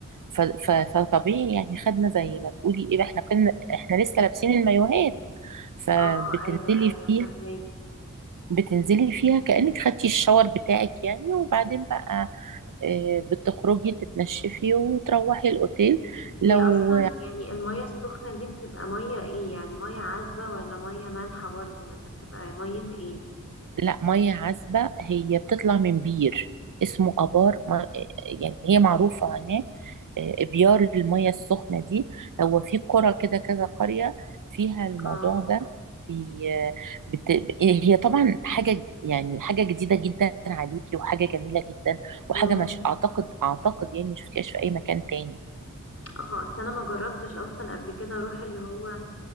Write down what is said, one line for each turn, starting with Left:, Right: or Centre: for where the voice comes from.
Right: ف- ف- فطبيعي يعني خدنا زي ما تقولي ايه احنا كنا احنا لسه لابسين المايوهات فبتنزلي
Left: اه ايوه ايوه
Right: فيها
Left: فهماكي
Right: بتنزلي فيها كأنك خدتي الشاور بتاعك يعني وبعدين بقى آه، بتخرجي تتنشفي وتروحي الأوتيل لو
Left: هي اصلا يعني المية السخنة دي بتبقى مية ايه يعني مية عذبة ولا مية مالحة برضو ولا بتبقى مية ايه
Right: لا ميه عذبه هي بتطلع من بير اسمه ابار ما يعني هي معروفه هناك آه، ابيار الميه السخنه دي هو في قرى كده كذا قريه فيها الموضوع
Left: اه
Right: ده بي- بت... هي طبعا حاجه يعني حاجه جديده جدا عليكي وحاجه جميله جدا وحاجه
Left: امم
Right: مش اعتقد اعتقد يعني ما شفتيهاش في اي مكان تاني
Left: اه اصل انا ما جربتش اصلا قبل كده اروح اللي هو